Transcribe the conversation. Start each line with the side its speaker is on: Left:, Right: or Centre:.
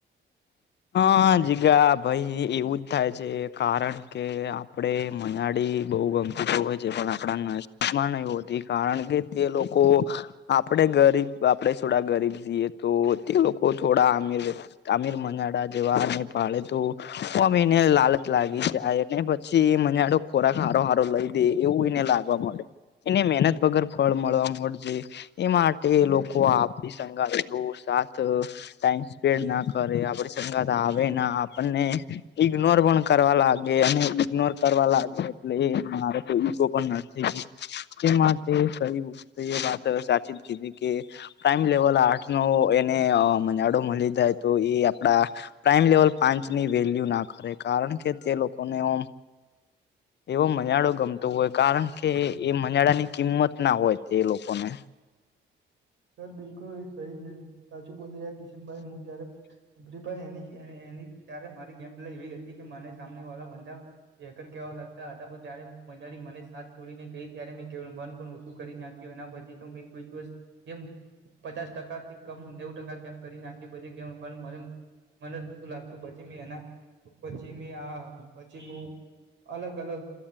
Left: હા જીગા ભાઈ એવું જ થાય છે કારણ કે આપડે મનાડી બહુ ગમતી હોય છે પણ આપણા નસીબ નઈ હોતી કારણ કે તે લોકો આપણેે ગરીબ આપણે થોડા ગરીબ જીએ તો તે લોકો થોડા અમીર તામીર મનાડા જેવા અને પાળે તુ હમ એને લાલચ લાગી છે એને પછી મનાડો ખોરાક હારો સારો લઈ દે એવું એને લાગે વ મળે એને મહેનત વગર ફળ મળવા મળજે. એ માટે લોકો આપણી સંંગાલો સાથ ટાઈમ સ્પેન્ડ ના કરે આપડે હંગાદ આવે ના આપણને ઈગ્નોર પણ કરવા લાગે અને ઈગ્નોર કરવા લાગે એટલે ઈ મારે તો ઈગો પણ નજીક તે માટે કઈ એ વાત સાચી જ કીધી કે પ્રાઈમ લેવલ આર્ટ નો એને મજાડો મળી જાય તો એ આપડા પ્રાઈમ લેવલ પાંચ ની વેલ્યુ ના કરે કારણ કે તે લોકોનેમ એવો મજાડો ગમતો હોય કારણ કે એ મજાડા ની કિંમત ના હોય તે એ લોકોને
Right: સર બિલકુલ સહી સાચું બોલ રહ્યા કિશનભાઈ હું જયારે <unintelligible> એની ત્યારે મારી ગેમ પ્લે એવી હતી કે મને સામને વાળા બાધા હેકર કેવા લાગતા હતા પણ જયારે હું મંજાડી મને સાથ છોડીને ગઈ ત્યારે મેંંબર પણ ઓછું કરી નાખ કહ્યું કેના પછી તો મેં કોઈ ખુશ જેમ પચાસ ટકા થી કમ નેવ ટકા ગમ કરીને આખી પણ મને મને જ બધું લાગતું પછી એના પછી આ પછી અલગ અલગ